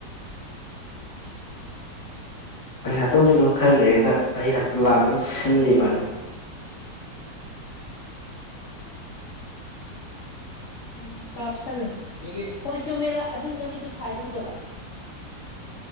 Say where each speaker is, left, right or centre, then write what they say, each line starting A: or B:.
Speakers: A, on the left (about 15°); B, on the left (about 55°).
A: ꯄꯩꯁꯥ ꯇꯨꯡꯖꯤꯜꯂꯨ ꯈꯔ ꯂꯩꯔꯒ ꯑꯩꯅ ꯄ꯭ꯂꯥꯟ ꯑꯝ ꯁꯤꯜꯂꯤꯕꯅꯤ
B: ꯎꯝ ꯀꯥꯞꯁꯜꯂꯨ ꯌꯦꯡꯒꯦ ꯍꯣꯏ ꯆꯨꯝꯃꯦꯕ ꯑꯗꯨ ꯅꯃꯤꯠꯇꯨ ꯊꯥꯏꯗꯨ ꯎꯗꯕ꯭ꯔꯥ